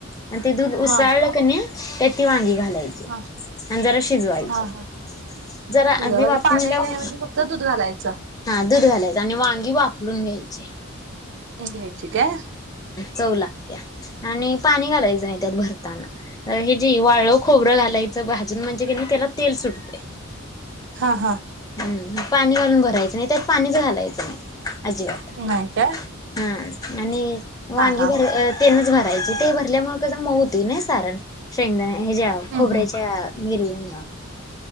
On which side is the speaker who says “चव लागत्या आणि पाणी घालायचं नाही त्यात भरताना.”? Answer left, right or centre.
Left